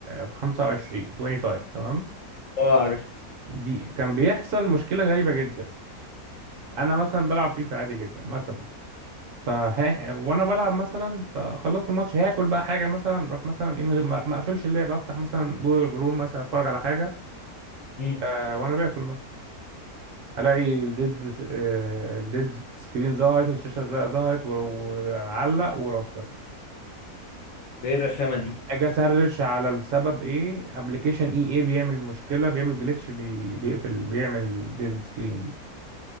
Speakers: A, on the right; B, on the left.
A: 25 25 تمام
B: اه عارف
A: دي كان بيحصل مشكلة غريبة جدا أنا مثلا بلعب فيفا عادي جدا مثلا فها وأنا بلعب مثلا فخلصت الماتش هاكل بقى حاجة مثلا أروح مثلا إيه من غير ما ما أقفلش اللعبة أفتح مثلا جوجل جروم مثلا أتفرج على حاجة
B: امم
A: آه وأنا باكل مثلا ألاقي الديد س- آه الديد سكرين ظهرت والشاشة ز- ظهرت و- وعلق وراستر
B: ايه الرخامة دي
A: أجي أسرش على السبب إيه أبلكيشن إي إيه بيعمل مشكلة بيعمل جليتش بي بيقفل بيعمل ديد سكرين دي